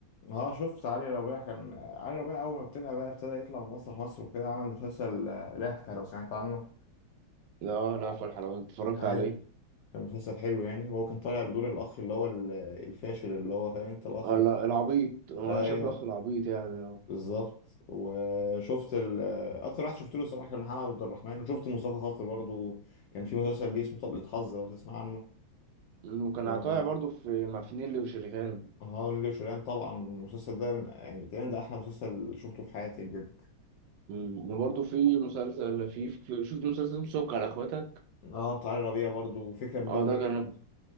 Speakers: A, on the left; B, on the right.
A: آه، شفت علي ربيع كان آه، علي ربيع اول ما ابتدى بقى ابتدى يطلع من مسرح مصر وكده عمل مسلسل آه، لهفة لو سمعت عنه
B: لا لا فرح لو انت اتفرجت
A: ايوه
B: عليه
A: كان مسلسل حلو يعني وهو كان طالع بدور الاخ اللي هو ال- الفاشل اللي هو فاهم انت الاخ
B: اه لا العبيط هو
A: ايوه
B: انا شايف الاخ العبيط يعني اه
A: بالظبط وشفت ال... اكتر واحد شفت له الصراحه كان محمد عبد الرحمن وشفت مصطفى خاطر برضو كان في مسلسل ليه اسمه طلقة حظ لو تسمع عنه
B: مم، وكان
A: و
B: طالع برضه في مع فنيلي وشريهان
A: اه نيلي وشيرين طبعا المسلسل ده من... يعني تقريبا ده احلى مسلسل شفته في حياتي بجد
B: مم، وبرضه في مسلسل في في- شفت مسلسل سك على اخواتك
A: اه بتاع علي ربيع برضو وفكرة مليون
B: اه ده
A: جنيه
B: كان
A: برضو